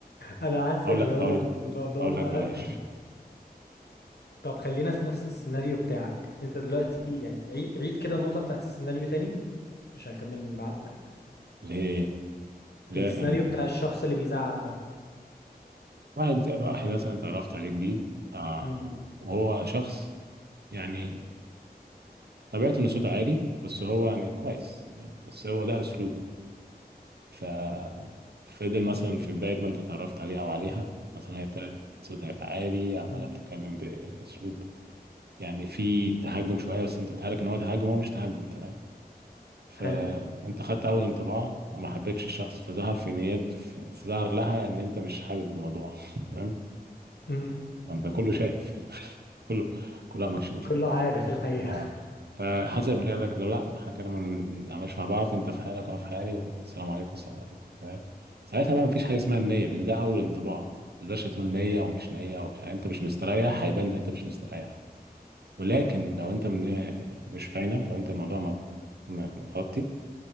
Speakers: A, on the left (about 85°); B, on the right (about 80°).
A: انا حاسك
B: اقول لا
A: اللي هو
B: اقول
A: الموضوع
B: لا اقول
A: مقفل
B: لك بلاش
A: طب خلينا في نفس السيناريو بتاعك انت دلوقتي يعني عيد عيد كده النقطه بتاعت السيناريو تاني عشان اكمل من بعدها
B: ليه ايه لا
A: السيناريو
B: يعني
A: بتاع الشخص اللي بيزعق ده
B: واحد واحد مثلا اتعرفت عليه جديد آه
A: امم
B: وهو شخص يعني طبيعته انه صوته عالي بس هو يعني كويس تمام بس هو ده اسلوبه ف فضل مثلا في بداية ما انت اتعرفت عليها او عليها مثلا هي ابتدت صوتها يبقى عالي عمالة
A: امم
B: بتتكلم بأسلوب يعني في تهجم شوية بس انت بتهالك ان هو تهجم هو مش تهجم تمام فانت
A: حلو
B: خدت اول انطباع وما حبيتش الشخص فظهر في نيات فظهر لها ان انت مش حابب الموضوع <laughs> تمام
A: امم
B: ما انت كله شايف <laughs> كله كلها مكشوف
A: كله عارف الحقيقه
B: اه فحسب ما هي قال لك لو لا احنا كده ما نتعاملش مع بعض انت في حالك وانا في حالي والسلام عليكم السلام عليكم تمام ساعتها بقى مفيش حاجه اسمها النيه لان ده اول انطباع ما تقدرش تقول نيه ومش نيه ومش يعني انت مش مستريح هيبان ان انت مش مستريح ولكن لو انت من مش باينه لو انت الموضوع مك- م- متغطي